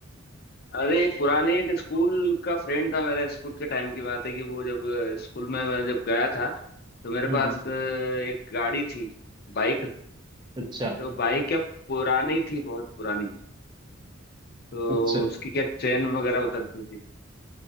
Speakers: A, on the left (about 50°); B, on the right (about 20°).
A: अरे पुराने एक स्कूल का फ्रेंड था मेरा स्कूल के टाइम की बात है कि वो जब अ, स्कूल में मैं जब गया था तो मेरे
B: हम्म
A: पास अ, एक गाड़ी थी बाइक
B: अच्छा
A: तो बाइक क्या पुरानी थी बहुत पुरानी तो
B: अच्छा
A: उसकी क्या चेन वगैरह उतरती थी